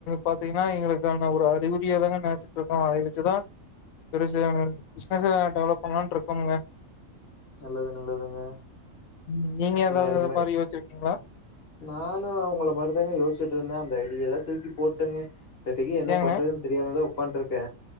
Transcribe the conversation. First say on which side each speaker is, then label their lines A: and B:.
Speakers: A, on the left; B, on the left.
A: பாத்தீங்ன்னா எங்களுக்கான ஒரு அறிகுறியா தாங்க நெனச்சுட்டு இருக்கோ அத வெச்சுதா பெருசா பிஸ்னஸு டெவலப் பண்லான்ட்டு இருக்கோமுங்க
B: நல்லது நல்லதுங்க
A: ம், நீங்க
B: வேல
A: ஏதாவது அது
B: இல்ல
A: மாரி யோசிச்சிருக்கீங்களா
B: நானு உங்கள மாருதாங்க யோசுட்டு இருந்த அந்த மீதில்லாம் தூக்கி போட்டங்க இப்பத்திகு என்ன
A: ஏங்க
B: பண்றதுன் தெரியாமதா ஒக் உட்கான்ட்ருக்கே